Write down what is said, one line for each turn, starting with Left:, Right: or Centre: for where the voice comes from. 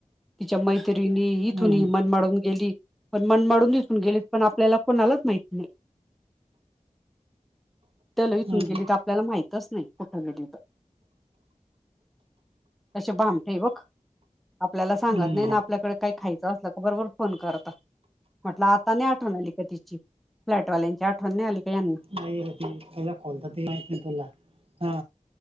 Centre: तिच्या मैत्रिणी
Right: हम्म,
Centre: तेथून मनमाडून गेली. पण मनमाडून दिसून गेलीत पण आपल्याला कोणालाच माहित नाही. चल इथून
Right: हम्म,
Centre: गेली. तर आपल्याला माहितच नाही कुठं गेली तर, कसे भांडते बघ. आपल्याला सांगत
Right: हम्म.
Centre: नाही ना. आपल्याकडे काय खायच असला का बरोबर फोन करता. म्हटलं आता नाही आठवण आली का तिची फ्लॅटवाल्यांची आठवण नाही आली. का यांना
Right: नाही. ते पहिला खोलतात ते माहीत नाही तुला हा.